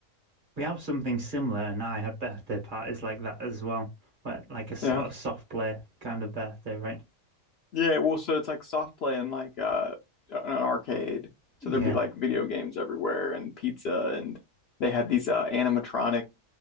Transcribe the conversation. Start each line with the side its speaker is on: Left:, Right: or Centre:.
Right: We have something similar, and I had birthday parties like that as well, where like a sort
Left: Yeah.
Right: of soft play kind of birthday, right?
Left: Yeah, well, so it's like soft play and like uh an arcade. So
Right: Yeah,
Left: there'd be like video games everywhere and pizza and they had these uh animatronic